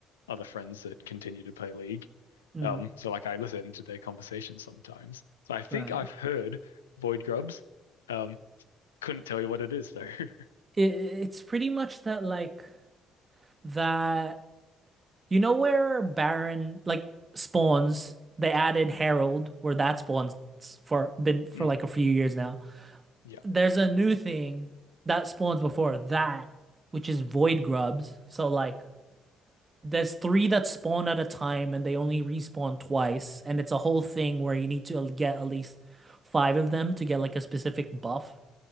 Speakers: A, on the left (about 85°); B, on the right (about 35°).
A: other friends that continue to play League.
B: Mm.
A: Um, so like I listen to their conversations sometimes. So I think
B: right?
A: I've heard Void Grubs. Um, couldn't tell you what it is though. <laughs>
B: It, it's pretty much that like that you know where Baron like spawns, they added Herald where that spawns for been for
A: Mm,
B: like a few years now.
A: yeah.
B: There's a new thing that spawns before that, which is void grubs. So like there's three that spawn at a time and they only respawn twice, and it's a whole thing where you need to get at least five of them to get like a specific buff,